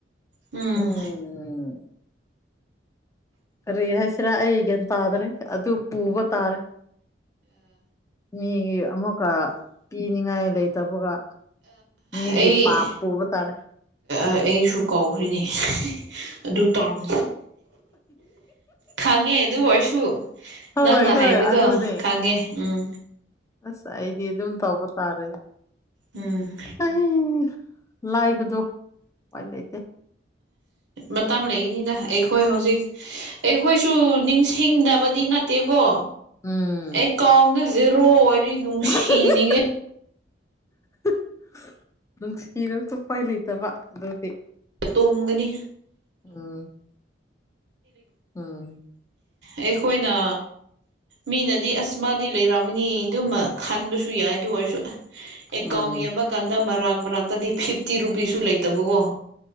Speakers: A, on the right; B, on the left.
A: ꯎꯝ
B: ꯎꯝ ꯀꯔꯤ ꯍꯥꯏꯁꯤꯔꯥ ꯑꯩ ꯒꯤꯌꯥꯟ ꯇꯥꯗ꯭ꯔꯦ ꯑꯗꯨ ꯄꯨꯕ ꯇꯥꯔꯦ ꯃꯤꯒꯤ ꯑꯃꯨꯛꯀ ꯄꯤꯅꯤꯡꯉꯥꯏ ꯂꯩꯇꯕꯒ ꯃꯤꯒꯤ
A: ꯑꯩ
B: ꯄꯥꯞ ꯄꯨꯕ ꯇꯥꯔꯦ
A: ꯑꯩꯁꯨ ꯀꯧꯈ꯭ꯔꯦꯅꯦ ꯑꯗꯨ ꯇꯧꯔꯣ ꯈꯪꯉꯦ ꯑꯗꯨ ꯑꯣꯏꯔꯁꯨ
B: ꯍꯣꯏ
A: ꯅꯪꯅ ꯍꯥꯏꯕꯗꯣ
B: ꯍꯣꯏ ꯑꯗꯨꯅꯦ
A: ꯈꯪꯉꯦ ꯎꯝ
B: ꯑꯁ ꯑꯩꯗꯤ ꯑꯗꯨꯝ ꯇꯧꯕ ꯇꯥꯔꯦ
A: ꯎꯝ
B: ꯑꯩ ꯂꯥꯏꯕꯗꯣ ꯎꯄꯥꯏ ꯂꯩꯇꯦ
A: ꯃꯇꯝ ꯂꯩꯒꯅꯤꯗ ꯑꯩꯈꯣꯏ ꯍꯧꯖꯤꯛ ꯑꯩꯈꯣꯏꯁꯨ ꯅꯤꯡꯁꯤꯡꯗꯕꯗꯤ ꯅꯠꯇꯦꯀꯣ
B: ꯎꯝ
A: ꯑꯦꯀꯥꯎꯟꯗ ꯖꯤꯔꯣ ꯑꯣꯏꯔꯤ ꯅꯨꯡꯁꯤꯅꯤꯡꯉꯦ
B: ꯍꯥꯍꯥꯍꯥ <unintelligible> ꯅꯨꯡꯁꯤꯔꯁꯨ ꯎꯄꯥꯏ ꯂꯩꯇꯕ ꯑꯗꯨꯗꯤ
A: ꯇꯨꯝꯒꯅꯤ
B: ꯎꯝ ꯎꯝ
A: ꯑꯩꯈꯣꯏꯅ ꯃꯤꯅꯗꯤ ꯑꯁ ꯃꯥꯗꯤ ꯂꯩꯔꯝꯒꯅꯤ ꯑꯗꯨꯝꯃꯛ ꯈꯟꯕꯁꯨ ꯌꯥꯏ ꯑꯗꯨ ꯑꯣꯏꯔꯁꯨ ꯑꯦꯀꯥꯎꯟ
B: ꯎꯝ
A: ꯌꯦꯡꯕ ꯀꯥꯟꯗ ꯃꯔꯥꯛ ꯃꯔꯥꯛꯇꯗꯤ ꯐꯤꯞꯇꯤ ꯔꯨꯄꯤꯁꯁꯨ ꯂꯩꯇꯕꯀꯣ